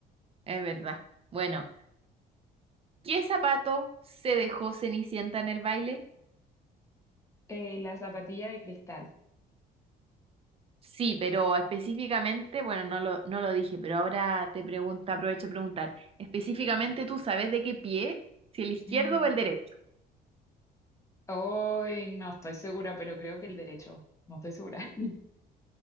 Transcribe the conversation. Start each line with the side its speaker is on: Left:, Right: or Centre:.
Right: Es verdad. Bueno, ¿qué zapato se dejó Cenicienta en el baile?
Left: Eh, la zapatilla de cristal.
Right: Sí, pero específicamente, bueno, no lo, no lo dije, pero ahora te pregunta, aprovecho a preguntar. Específicamente, ¿tú sabes de qué pie? ¿Si el izquierdo
Left: <gasps>
Right: o el derecho?
Left: Hoy no estoy segura, pero creo que el derecho. No estoy segura. <laughs>